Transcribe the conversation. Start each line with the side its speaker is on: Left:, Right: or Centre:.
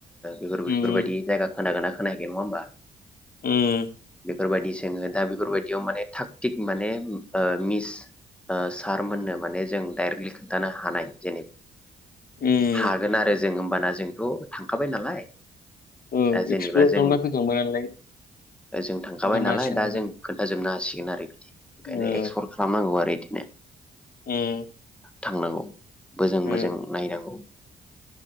Centre: बेफोर
Left: उम
Centre: बेफोरबायदि जायगा खोनागोना खोनायाखै नङा होमबा।
Left: उम।
Centre: बेफोरबायदि जोङो दा बेफोरबायदियाव माने थाग थिग माने मिस सारमोननो माने जों डाइरेक्टलि खिन्थानो हानाय जेनेबा
Left: उम
Centre: हागोन आरो जों होमबाना जोंथ' थांखाबाय नालाय
Left: ओ
Centre: दा जेनेबा
Left: एक्सप्लर
Centre: जों
Left: खालामना फैखांबाय नालाय
Centre: जों थांखाबाय
Left: खोन्थानो
Centre: नालाय
Left: हासिगोन
Centre: दा
Left: आरो
Centre: जों खोन्थाजोबनो हासिगोन आरो बिदि ओंखायनो
Left: ओ
Centre: एक्सप्लर खालामनांगौ आरो बिदिनो।
Left: उम।
Centre: थांनांगौ बोजों
Left: उम
Centre: बोजों नायनांगौ।